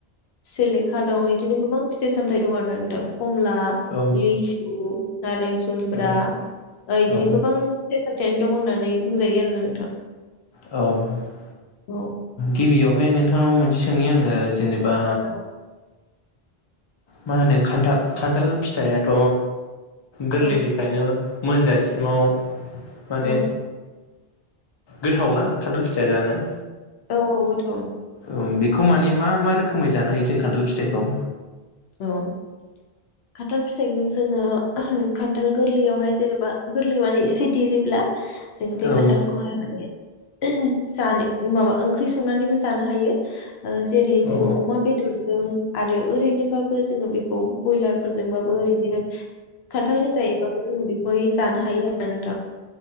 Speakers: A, on the left (about 80°); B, on the left (about 50°).
A: सिलेखा दं बिदिनो गोबां फिथाइ सामथाइ दं आरोना नोंथां। कमला,
B: औ
A: लिसु, नारें जुमब्रा,
B: औ
A: बिदिनो
B: औ
A: गोबां फिथाइ सामथायानो दं होननानै बुंजायो आरोना नोंथां
B: होमबा
A: औ।
B: गिबियावहाय नोंथांनाव मोनसे सोंनि आङो जेने बा
A: औ
B: मा होनो खान्थाल खान्थाल फिथाइ आथ' गोरलैनिफ्रायनो
A: औ
B: मोनजासिमाव माने
A: औ
B: गोथाव ना खान्थाल फिथाइया जानो?
A: औ औ गो
B: औ बे खौ माने मा मा रोखोमै जानो हायो जों खान्थाल फिथाइखौ?
A: औ खान्थाल फिथाइखौनो जोङो खान्थाल गोरलैयावहाय जेनेबा गोरलै माने एसे देरोब्ला जों बे
B: औ
A: खान्थालखौहाय माने जानो माबा ओंख्रि संनानैबो जानो हायो। ओ जेरै जोङो
B: औ
A: अमा बेदरजों आरो ओरैनोबा बो जोङो बेखौ ब्रयलारफोरजोंबाबो ओरैनो खान्थाल गोजायैबाबो जोङो बेखौहाय जानो हायो आरो नोंथां।